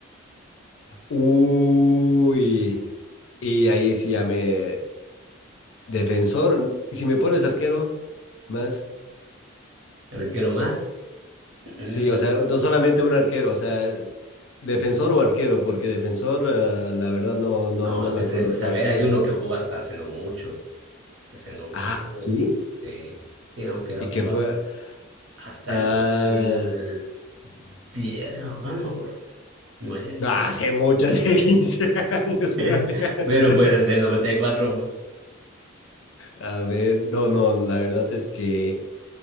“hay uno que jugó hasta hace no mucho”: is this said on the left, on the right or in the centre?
Right